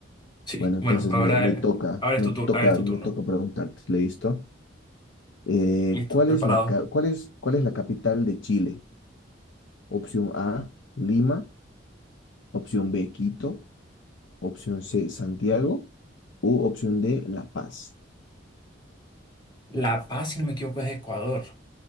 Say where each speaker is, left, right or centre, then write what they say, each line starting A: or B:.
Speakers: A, on the left; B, on the left.
A: Sí,
B: Bueno, entonces
A: bueno, ahora,
B: me, me toca,
A: ahora
B: me
A: es tu
B: toca,
A: tur- ahora es tu
B: me
A: turno.
B: toca preguntarte, ¿listo? Eh,
A: Listo,
B: ¿cuál
A: preparado.
B: es la, ca- cuál es, cuál es la capital de Chile? Opción A, Lima. Opción B, Quito. Opción C, Santiago. U opción D, La Paz.
A: La Paz, si no me equivoco, es de Ecuador.